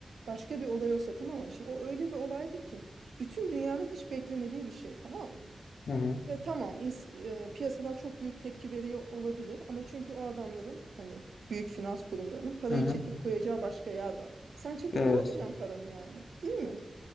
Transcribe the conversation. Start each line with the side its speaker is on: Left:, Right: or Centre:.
Right: Başka bir olay olsa tamam mı? Şimdi o öyle bir olaydı ki bütün dünyanın hiç beklemediği bir şey tamam mı?
Left: Hı hı.
Right: Ve tamam ins- e, piyasalar çok büyük tepki veriyor olabilir ama çünkü o adamların hani büyük finans kurumlarının parayı
Left: Hı hı.
Right: çekip koyacağı başka yer var. Sen çekip
Left: Evet.
Right: ne yapacaksın paranı yani? Değil mi?